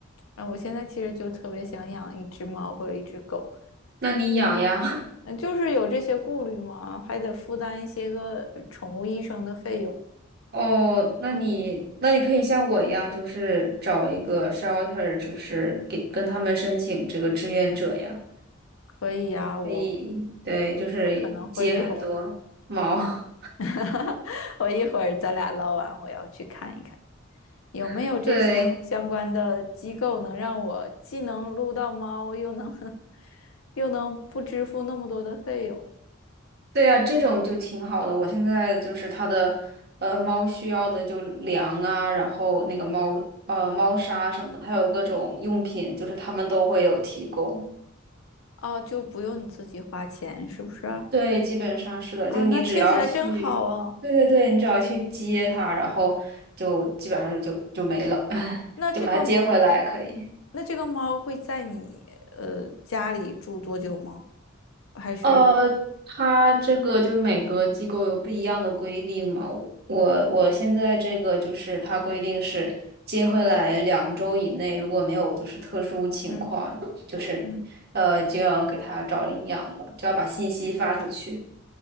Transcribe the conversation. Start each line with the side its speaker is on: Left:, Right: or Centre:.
Left: 啊，我现在其实就特别想养一只猫或者一只狗，
Right: 那你养呀？
Left: 嗯，就是有这些顾虑嘛，还得负担一些个呃宠物医生的费用。
Right: <laughs> 哦，那你那你可以像我一样，
Left: 嗯，
Right: 就是找一个 shelter，就是给跟他们申请这个志愿者呀。
Left: 可以呀，我
Right: 可以，对，
Left: 我我可能会一会儿，
Right: 就是接很多毛。
Left: <laughs> 我一会儿咱俩唠完，我要去看一看。有没有这相相关的机构能让我既能撸到猫，
Right: <laughs> 对。
Left: 又能 <laughs> 又能不支付那么多的费用？
Right: 对呀，这种就挺好的。我现在就是它的，呃，猫需要的就粮啊，然后那个猫，呃，猫砂什么，它有各种用品，就是他们都会有提供。
Left: 哦，就不用你自己花钱，是不是？
Right: 对，基本上是的，
Left: 啊，
Right: 就你只要去，
Left: 那听起来真好啊。
Right: 对对对，你只要去接它，然后就基本上就就就没了，<laughs>
Left: 那这个
Right: 就把它接回来可以。
Left: 那这个猫会在你呃家里住多久吗？还是
Right: 呃，它这个就是每个机构有不一样的规定嘛。我我我现在这个就是它规定是接回来两周以内，如果没有就是特殊情况，
Left: 嗯
Right: 就是呃就要给他找领养了，
Left: 嗯
Right: 就要把信息发出去。